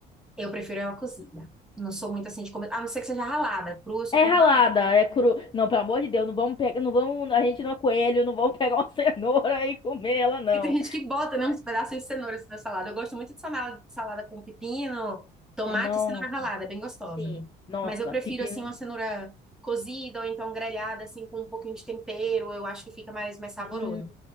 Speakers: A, in the centre; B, on the left.
A: Eu prefiro ela cozida. Não sou muito assim de comer. A não ser que seja ralada. Crua, eu só
B: É
A: como
B: ralada,
A: ralada.
B: é cru. Não, pelo amor de Deus, não vamos pegar, não vamos, a gente não é coelho, não vamos pegar uma <laughs> cenoura e comer ela, não.
A: Porque tem gente que bota, né, uns pedaços de cenoura assim, na salada. Eu gosto muito de salada, salada com pepino, tomate
B: Não.
A: e cenoura ralada. É bem gostosa.
B: Sim. Nossa,
A: Mas eu prefiro,
B: pepino.
A: assim, uma cenoura cozida ou então grelhada, assim, com um pouquinho de tempero. Eu acho que fica mais, mais saboroso.
B: Hum,